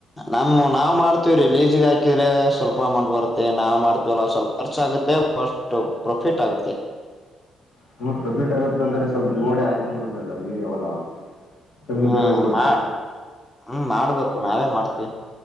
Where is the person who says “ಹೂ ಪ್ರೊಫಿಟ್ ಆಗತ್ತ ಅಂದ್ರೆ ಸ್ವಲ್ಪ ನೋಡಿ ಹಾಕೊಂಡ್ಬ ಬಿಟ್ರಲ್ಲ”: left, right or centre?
Left